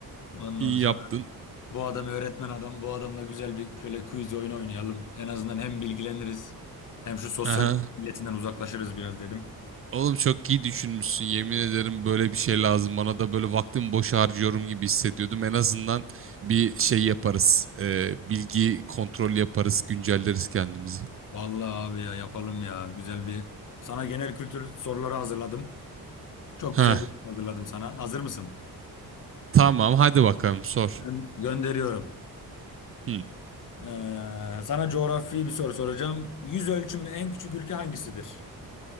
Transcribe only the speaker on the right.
İyi
yaptın.
Aha.
Oğlum çok iyi düşünmüşsün. Yemin ederim böyle bir şey lazım. Bana da böyle vaktimi boş harcıyorum gibi hissediyordum. En azından bir şey yaparız. Ee, bilgi kontrol yaparız. Güncelleriz kendimizi.
Ha.
Tamam hadi bakalım sor.
Hı.